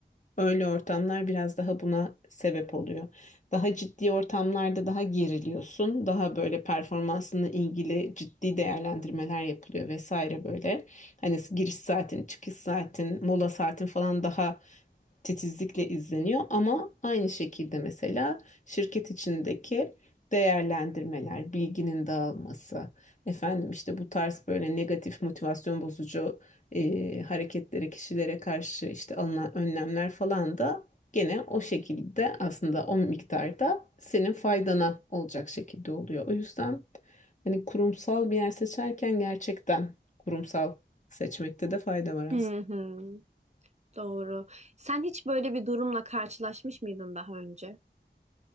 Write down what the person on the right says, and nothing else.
Hı hı. Doğru. Sen hiç böyle bir durumla karşılaşmış mıydın daha önce?